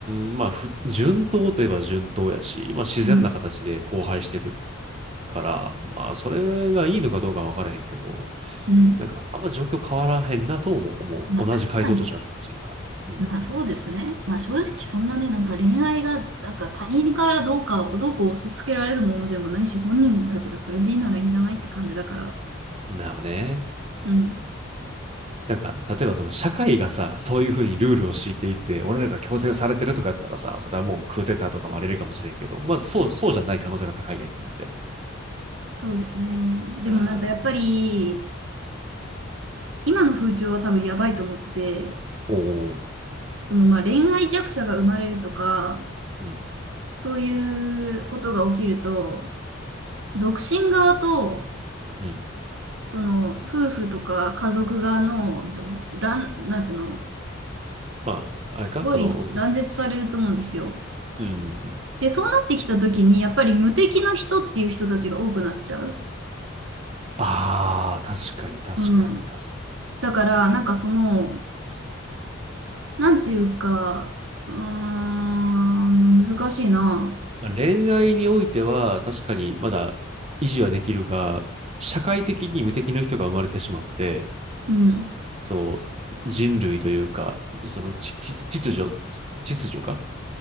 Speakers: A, on the right; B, on the right.
A: ん、まあ、ふ順当といえば順当やし、まあ自然な形で交配してる
B: うん。
A: から、まあそれがいいのかどうかわからへんけど、
B: うん。
A: なんかあんま状況変わらへんなとも思う。
B: まあ確かに。
A: 同じ階層としては結婚してるから。うん。
B: まあそうですね。まあ正直そんなね、なんか恋愛が、なんか他人からどうかをどうこう押し付けられるものでもないし、本人たちがそれでいいならいいんじゃないって感じだから。
A: なるほどね。
B: うん。
A: なんか、例えばその社会がさ、そういうふうにルールを敷いていて、俺らが強制されてるとかやったらさ、それはもうクーデターとかもあれるかもしれんけど、まあそう、そうじゃない可能性が高いやん、今って。
B: そうですね。でもなんかやっぱり、
A: うん。
B: 今の風潮は多分やばいと思ってて、
A: おお。
B: そのまあ恋愛弱者が生まれるとか、
A: うん。
B: そういうことが起きると、独身側と、
A: うん。
B: その夫婦とか家族側の、だ、だんなんていうの、
A: まあ、あれかその、
B: すごい断絶されると思うんですよ。
A: うん。
B: で、そうなってきた時に、やっぱり無敵の人っていう人たちが多くなっちゃう。
A: ああ確かに、確かに、
B: うん。
A: 確かに。
B: だから、なんかその、なんていうか、うーん、難しいな。
A: まあ、恋愛においては、確かにまだ維持はできるが、社会的に無敵の人が生まれてしまって、
B: うん。
A: そう、人類というか、そのちち秩序、秩序か